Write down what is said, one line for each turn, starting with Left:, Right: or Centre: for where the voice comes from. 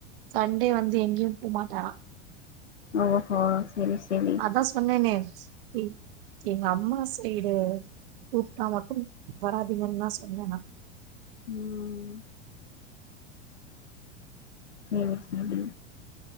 Right: சண்டே வந்து எங்கேயு போமாட்டாரா
Left: ஓஹோ செரி செரி
Right: அதா சொன்னேனே ஸ்ட்ரி எங்க அம்மா சைடு கூப்டா மட்டும் வராதிங்கன் தா சொன்ன நா
Left: ம் செரி செரி